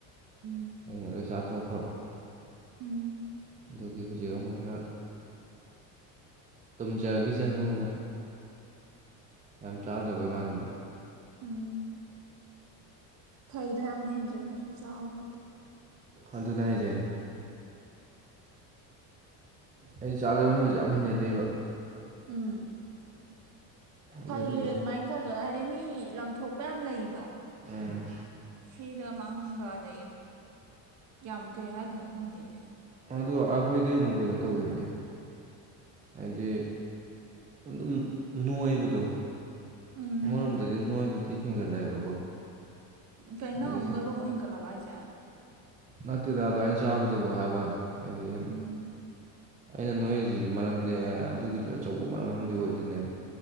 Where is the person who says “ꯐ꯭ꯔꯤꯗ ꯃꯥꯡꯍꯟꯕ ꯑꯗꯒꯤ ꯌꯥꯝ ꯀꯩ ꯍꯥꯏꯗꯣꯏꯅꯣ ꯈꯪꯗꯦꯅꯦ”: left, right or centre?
Right